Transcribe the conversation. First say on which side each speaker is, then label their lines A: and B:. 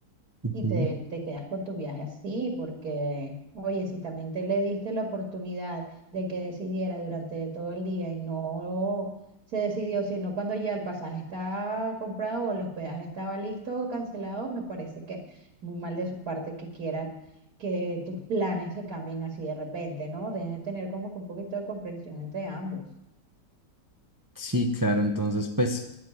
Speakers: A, on the right (about 15°); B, on the right (about 65°).
A: Ujú.
B: y te, te quedas con tu viaje así, porque, oye, si también te le diste la oportunidad de que decidiera durante todo el día y no se decidió, sino cuando ya el pasaje está comprado o el hospedaje estaba listo o cancelado, me parece que muy mal de su parte que quiera que tus planes se cambien así de repente, ¿no? Deben de tener como que un poquito de comprensión entre ambos.
A: Sí, claro, entonces pues